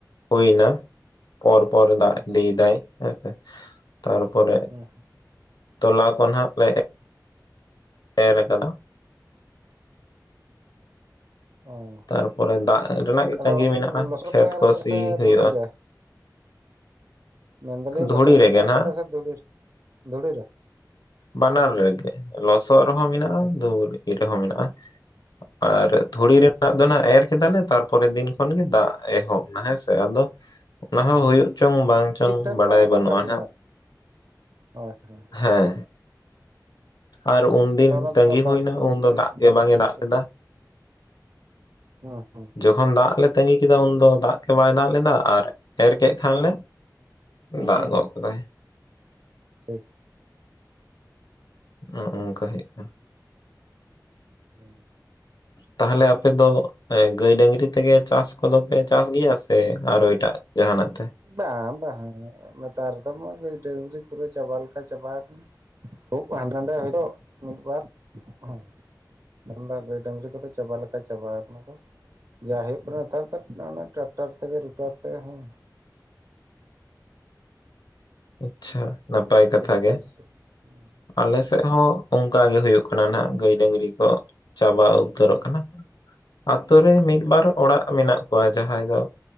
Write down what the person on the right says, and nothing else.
ᱟᱪᱪᱷᱟ
ᱦᱮᱸ᱾
ᱚ
ᱟᱫᱚ
ᱞᱚᱥᱚᱫ
ᱨᱮᱯᱮ ᱮᱨ
ᱠᱟᱫᱟ
ᱥᱮ
ᱫᱷᱩᱲᱤ ᱨᱮ? ᱢᱮᱱᱫᱟᱞᱤᱧ
ᱨᱚᱥᱚᱜ
ᱨᱮᱯᱮ ᱮᱨ
ᱠᱟᱫᱟ ᱥᱮ ᱫᱷᱩᱲᱤ ᱫᱷᱩᱲᱤ ᱨᱮ?
ᱟᱪᱪᱷᱟ
ᱟᱪᱪᱷᱟ
ᱟᱪᱪᱷᱟ
ᱟᱪᱪᱷᱟ
ᱴᱷᱤᱠ ᱴᱷᱟᱠ
ᱵᱟᱝ
ᱵᱟᱛᱟᱨ ᱞᱮᱱᱟ
ᱟᱨᱠᱤ ᱦᱳᱭ ᱦᱳᱭ᱾
ᱚᱱᱟ ᱫᱚ
ᱫᱟᱜ
ᱵᱟᱹᱭᱥᱟᱹᱣ
ᱵᱟᱹᱭᱥᱟᱹᱣ
ᱦᱩᱸ ᱦᱩᱸ
ᱦᱩᱸ
ᱴᱷᱤᱠ᱾
ᱦᱮᱸ ᱦᱮᱸ
ᱵᱟᱝ ᱵᱟᱝ ᱱᱮᱛᱟᱨ ᱫᱚᱢᱟ ᱰᱝᱨᱤ ᱯᱩᱨᱟᱹ ᱪᱟᱵᱟ ᱞᱮᱠᱟ ᱪᱟᱵᱟ ᱠᱟᱱᱟ᱾ ᱠᱷᱩᱵ ᱦᱟᱸᱰᱮ ᱱᱟᱰᱮ ᱦᱚᱭᱛᱳ ᱢᱤᱫᱵᱟᱨ ᱦᱩᱸ᱾ ᱢᱮᱱᱫᱟ ᱜᱟᱹᱭ ᱰᱟᱝᱨᱤ ᱠᱚᱫᱚ ᱪᱟᱵᱟ ᱞᱮᱠᱟ ᱪᱟᱵᱟ ᱠᱟᱱᱟ ᱠᱚ᱾ ᱡᱟᱭ ᱦᱩᱭᱩᱜ ᱠᱟᱱᱟ ᱱᱮᱛᱟᱨ ᱚᱱᱟ ᱴᱨᱟᱠᱴᱟᱨ ᱛᱮᱜᱮ ᱨᱩᱴᱟᱨ ᱛᱮ ᱦᱩᱸ᱾
ᱨᱩᱴᱟᱨ
ᱦᱩᱸ ᱦᱩᱸ